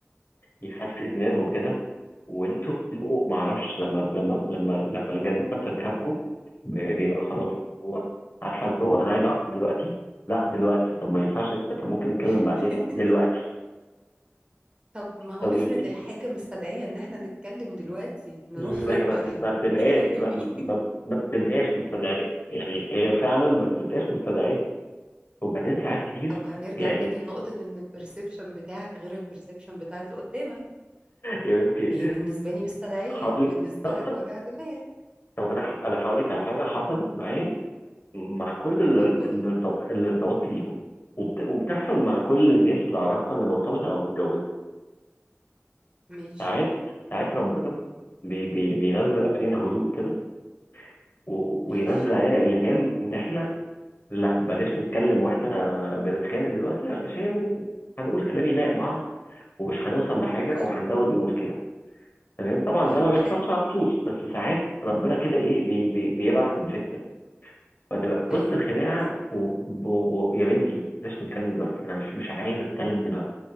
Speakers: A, on the left; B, on the right.
A: يحسن دماغه كده وانتوا بتبقوا ما اعرفش لما لما لما لما الجنة بتركبكم ب- بيبقى خلاص هو عارفه اللي هو انا عايز اعرف دلوقتي لا دلوقتي طب ما ينفعش طب ممكن نتكلم
B: <laughs>
A: بعدين دلوقتي
B: طب ما هو
A: طب
B: افرض
A: يمكن-
B: الحاجة مستدعية ان احنا نتكلم دلوقتي نروح
A: ما
B: فين
A: هي ما
B: طيب
A: بت-
B: <laughs>
A: ما بتبقاش
B: نكلم
A: ما
B: مين
A: ما- ما بتبقاش مستدعيه يعني هي فعلا ما بتبقاش مستدعيه وبعدين ساعات كتير
B: طب هنرجع
A: يعني
B: تاني لنقطة ان البرسبشن بتاعك غير البرسبشن بتاع اللي قدامك
A: <laughs> يا بنتي
B: هي بالنسبة لي مستدعية
A: هقول
B: بالنسبة
A: لك طب
B: لك
A: طب-
B: وجع دماغ
A: طب انا ح- انا هقول لك على حاجه حصلت معايا مع كل
B: طب
A: ال-
B: قول
A: اللي
B: لي
A: ارتب- اللي ارتبطت بيهم وبت... وبتحصل مع
B: اوكي
A: كل الناس اللي اعرفها اللي مرتبطه او متجوزه
B: ماشي
A: ساعات ساعات ربنا بي... بي... بينزل علينا هدوء كده و...
B: ماشي
A: وينزل علينا الهام ان احنا لا بلاش نتكلم واحنا بنتخانق دلوقتي علشان هنقول كلام يضايق بعض ومش هنوصل لحاجه
B: حلو
A: وهنزود المشكله تمام طبعا
B: طيب
A: ده ما بيحصلش
B: حلو
A: على طول بس ساعات ربنا كده ايه بي... بي... بيبعت الفكره وهنبقى في
B: ايوه
A: وسط الخناقه
B: حصل
A: ويا و... و... يا بنتي بلاش نتكلم دلوقتي انا مش مش عايز اتكلم دلوقتي